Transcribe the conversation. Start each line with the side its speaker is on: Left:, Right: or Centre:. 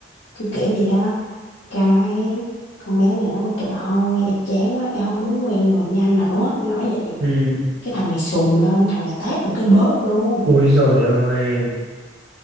Left: cứ kiểu vậy đó cái con bé này nó mới kêu là thôi em chán quá em không muốn quen người như anh nữa nó nói vậy
Right: Ừm.
Left: cái thằng này sùng lên thằng này tát một cái bóp luôn
Right: ui rồi ơi